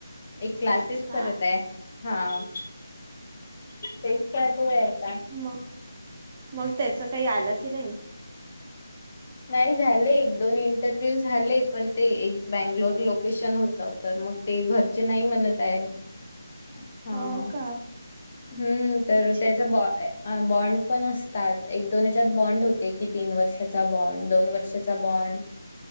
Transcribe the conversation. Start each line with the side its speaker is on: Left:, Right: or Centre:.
Left: एक क्लासेस
Right: अच्छा.
Left: करत आहे. हा तेच का. ते.
Right: मग-मग त्याच काही आलं की नाही.
Left: नाही झाले एक दोन इंटरव्ह्यू झाले. पण ते एक बैंगलोर लोकेशन होत तर. मग ते घरचे नाही म्हणत आहे. हा. हा.
Right: हो का
Left: हम. तर
Right: अच्छा.
Left: त्याच बा बॉण्ड पण असत. एक दोनच्यात बॉण्ड होते. की तीन वर्षाचा बॉण्ड. दोन वर्षाचा बॉन्ड.